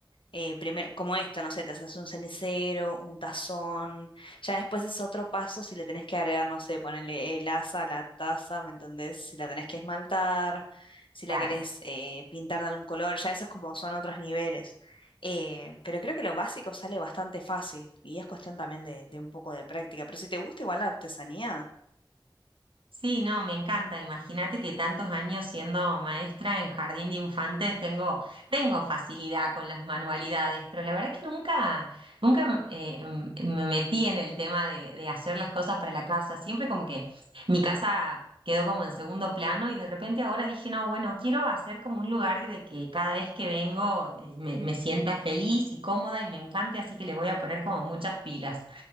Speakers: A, on the left; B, on the right.
A: eh, primero, como esto, no sé, te haces un cenicero, un tazón, ya después es otro paso si le tenés que agregar, no sé, ponerle el asa a la taza, ¿me entendés? Si la tenés que esmaltar, si
B: claro.
A: la querés eh, pintar de algún color, ya esos como son otros niveles. Eh, pero creo que lo básico sale bastante fácil y es cuestión también de, de un poco de práctica. Pero si te gusta igual la artesanía,
B: Sí, no, me encanta. Imagínate que tantos años siendo maestra en jardín de infantes tengo, tengo facilidad con las manualidades, pero la verdad que nunca, nunca eh, em, me metí en el tema de, de hacer las cosas para la casa. Siempre como que mi casa quedó como en segundo plano y de repente ahora dije, no, bueno, quiero hacer como un lugar de que cada vez que vengo eh, me, me sienta feliz y cómoda y me encante, así que le voy a poner como muchas pilas.